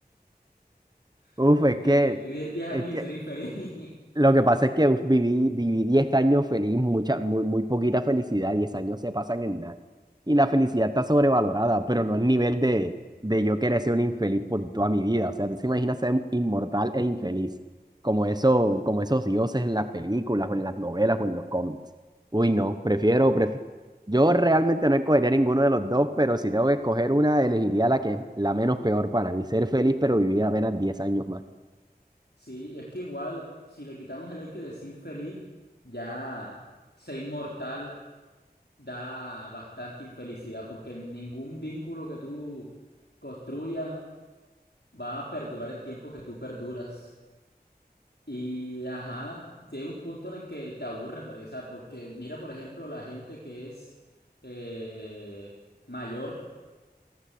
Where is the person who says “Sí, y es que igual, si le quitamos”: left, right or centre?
Left